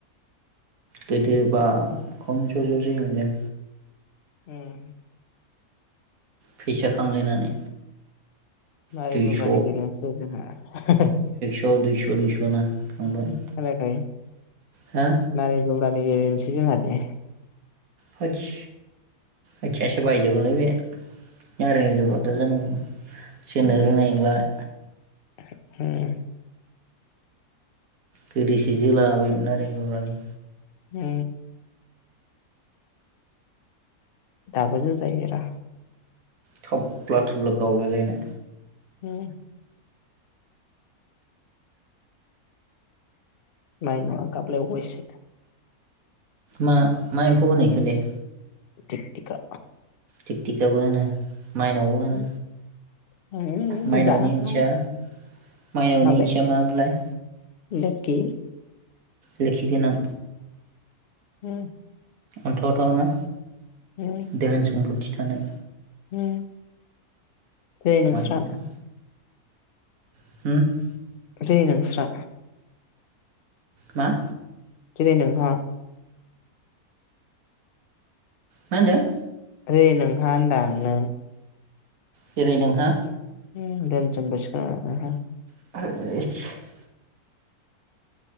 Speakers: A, on the right; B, on the left.
A: गोदो बा खम ज' ज' जायोमोन जों।
B: उम
A: फैसा खांलायनानै।
B: माय
A: दुइस'
B: जुमब्रानि <unintelligible>
A: औ दुइस' दुइस' नो खांबाय।
B: खोनायाखै
A: हा
B: नारें जुमब्रानि गेजेनोसै जोंहा दे?
A: होत्स आयथिंयासो बायजोबगोनलै बे नारें जुमब्रानि <unintelligible> जानांगौ जोनो
B: उम
A: रोंनाय नोंलाय?
B: <unintelligible>
A: गोदोसो जोला बायोमोन नारें जुमब्रानि।
B: उम दाबो जोजायो‌ रा।
A: थाब्ला थुब्ला गावलायलायनाय।
B: उम नायना गाबलाय बावबाय सो
A: मा मा एम्फौ होनो एखो दे?
B: थिखथिखा।
A: थिखथिखाबो होनो‌ माइनावबो होनो
B: <unintelligible>
A: माइनावनि ओंथिया
B: <unintelligible>
A: माइनावनि
B: माबे
A: ओंथिया मामोनलाय
B: लोखि।
A: लोखि गोनां
B: उम
A: अन्थाव थावनो।
B: उम
A: दोहोन सम्पथि थानाय
B: उम दे नोंस्रा
A: माइनाव <unintelligible>
B: जे नोंस्रा
A: मा?
B: दिनै नोंहा
A: मा होनदों?
B: <unintelligible> नोंहा होनदां नों।
A: जेरै नोंहा
B: <unintelligible> <unintelligible>
A: <unintelligible>